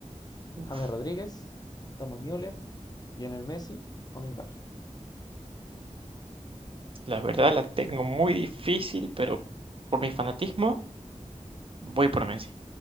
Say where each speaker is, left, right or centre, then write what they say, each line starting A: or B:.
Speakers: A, on the right; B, on the left.
A: Uf,
B: James Rodríguez, Thomas Müller, Lionel Messi o Neymar.
A: la verdad la tengo muy difícil, pero por mi fanatismo. Voy por Messi.